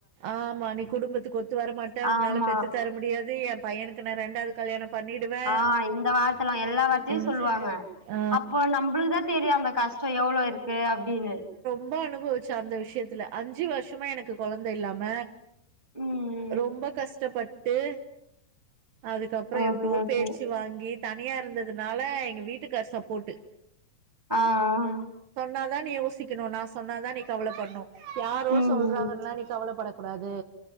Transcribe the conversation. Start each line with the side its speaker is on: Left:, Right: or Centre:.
Right: ஆமா நீ குடும்பத்துக்கு ஒத்து வரமாட்ட உன்னால
Centre: ஆமா
Right: பெத்து தர முடியாது து எ பையனுக்கு நா ரெண்டாவ்து கல்யாணம் பண்ணிடுவே
Centre: ஆ இந்த வார்த்தலா எல்லா வார்த்தையு
Right: ம்
Centre: சொல்லுவாங்க
Right: ஆ
Centre: அப்போ நம்பளுக்குதா தெரியு அந்த கஷ் சோ எவளோ இருக்கு அப்டின்னு
Right: ம்ப அனுபவிச்ச அந்த விஷ்யத்துல அஞ்சு வர்ஷமா எனக்கு கொழந்த இல்லாம
Centre: ம்
Right: ரொம்ப கஷ்டப்பட்டு அதுக்கப்ற
Centre: ஓகே
Right: எவ்ளோ
Centre: ஓகே
Right: பேச்சு வாங்கி தனியா இருந்ததுனால எங்க வீட்டுக்காரு சப்போட்டு
Centre: ஆ ஆ
Right: நாதான்டி யோசிக்கணு நா சொன்னாதா நீ கவலப்பட்ணு யாரோ
Centre: ம்
Right: சொல்றாங்கன்லா நீ கவலப்பட கூடாது